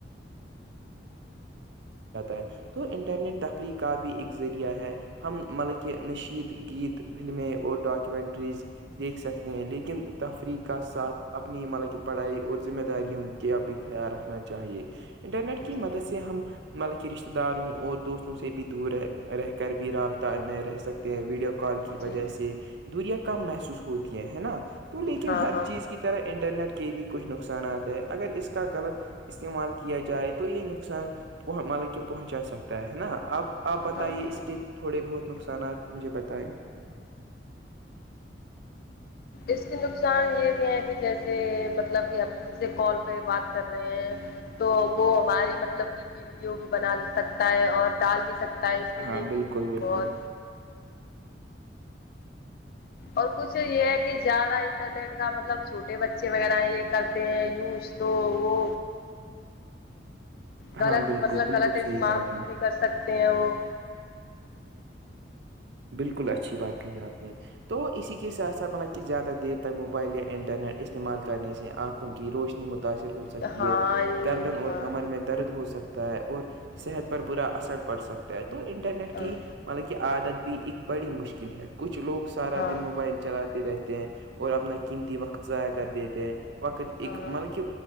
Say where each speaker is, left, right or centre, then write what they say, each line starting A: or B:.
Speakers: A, on the right; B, on the left.
A: <unintelligible> تو انٹرنیٹ تفریح کا بھی ایک ذریعہ ہے ہم مطلب کہ نشیید گیت فلمیں اور ڈاکومنٹریز دیکھ سکتے ہیں لیکن تفریح کا ساتھ اپنی مل کے پڑھائی اور ذمہ داریوں کے اب بھی خیال رکھنا چاہیے انٹرنیٹ کی
B: جی
A: مدد سے ہم مطلبک رشتتے داروں اور دوستوں سے بھی دور رہ رہ کر بھی رابطہ میں رہ سکتے ہیں ویڈیو کال کی
B: جی
A: وجہ سے دوریا کم محسوس ہوتی ہے ہے نا تو لیکن
B: ہاں
A: ہر
B: ہاں
A: چیز کی طیرا انٹرنیٹ کے بھی کچھ نقصانات ہے اگر اس کا غلط استعمال کیا جائے تو یہ نقصان مطلب کہ پہنچا سکتا ہے نا آب آپ بتائیے
B: ہاں
A: اس
B: ہاں
A: کے تھوڑے بہت نقصانات مجھے بتائائے
B: اس کے نقصان یہ بھی ہے کہ جیسے مطلب کہ ہم کسی سے کال پہ بات کر رہے ہیں تو وہ ہماری مطلب کہ بیڑیوں بھی بنا سکتا ہے اور دال بھی سکتا ہے اس کے
A: ہاں
B: لیے
A: بالکل
B: بھی
A: بالکل
B: بہت اور کچھ یہ ہے کہ زیادہ انٹرنیٹ کا مطلب چھوٹے بچے وغیرہ یہ کرتے ہیں یوز تو وہ
A: <unintelligible>
B: غلط
A: بالکل
B: مطلب
A: بالکل
B: غلط استماف
A: صحیح کہا آپ نے
B: بھی کر سکتے ہیں وہ
A: بالکل اچھی بات کہ ہے آپ نے تو اسی کے ساتھ ساتھ م کہ زیادہ دیر تک موبائل یا انٹرنیٹ استعمال کرنے سے آنکھوں کی روشنی متاأثر ہو ہے سکتی
B: ہاں
A: ہے
B: یہ
A: گردن
B: بھی
A: اور
B: ہاں
A: کمر میں د درد ہو سکتا ہے اور صحت
B: جی
A: پر برا اثر پڑ سکتا ہے تو انٹرنیٹ
B: ہاں
A: کی مطلب کہ عادت بھی ا ایکک بڑی مشکل ہے کچھ لوگ سارا
B: ہاں
A: دن موبائل چلاتے رہتے ہیں اور اپنا قیمتی وقت ضائع کر دیتے ہیں وقت ایک
B: ہاں
A: مطلب کہ